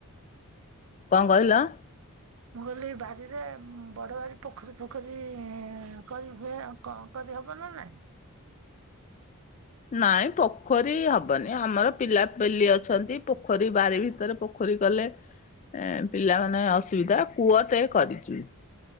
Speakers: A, on the left (about 35°); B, on the right (about 65°).
A: କଣ କହିଲ?
B: ମୁଁ କହଲିି ବାରିରେ ବଡ ବାରି ପୋଖରୀ ଫୋଖରୀ କରି ହୁଏ ଆଉ। କଣ କରି ହବ ନା ନାଇଁ?
A: ନାଇଁ ପୋଖରୀ ହବନି ଆମର ପିଲାପିଲି ଅଛନ୍ତି ପୋଖରୀ ବାରି ଭିତରେ ପୋ ପୋଖରୀ କଲେ ଏ ପିଲାମାନେ ଅସୁବିଧା କୁଅ ଟେ କରିଚୁ।